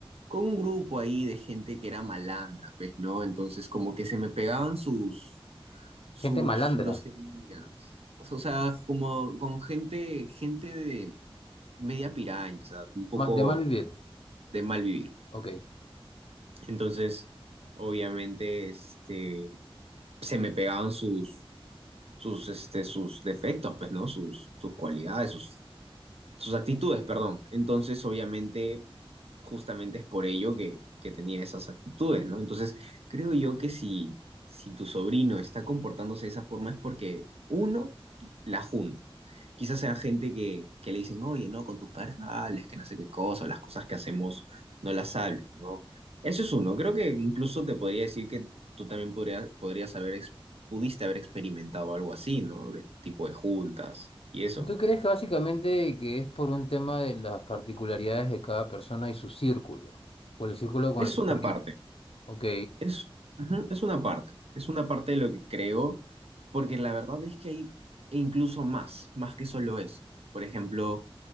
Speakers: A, on the right; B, on the left.
A: con un grupo ahí de gente que era malandra, pues, ¿no? Entonces como que se me pegaban sus, sus
B: Gente malandra,
A: groserías. O sea, como con gente, gente de media piraña, o sea, un poco
B: ma- de mal vivir.
A: de mal vivir.
B: Ok.
A: Entonces, obviamente, este, se me pegaban sus, sus, este, sus defectos, pues, ¿no? Sus, sus cualidades, sus, sus actitudes, perdón. Entonces, obviamente, justamente es por ello que, que tenía esas actitudes, ¿no? Entonces, creo yo que si, si tu sobrino está comportándose de esa forma es porque uno la junta. Quizás sea gente que, que le dicen, oye, no, con tus padres no hables, que no sé qué cosa, o las cosas que hacemos no las hables, ¿no? Eso es uno. Creo que incluso te podría decir que tú también podrías, podrías haber, ex- pudiste haber experimentado algo así, ¿no? Del tipo de juntas y eso.
B: ¿Tú crees que básicamente que es por un tema de las particularidades de cada persona y su círculo? O el círculo con
A: Es
B: el que está
A: una
B: ahorita.
A: parte.
B: Ok.
A: Es, ujú, es una parte, es una parte de lo que creo, porque la verdad es que hay e incluso más, más que solo eso. Por ejemplo,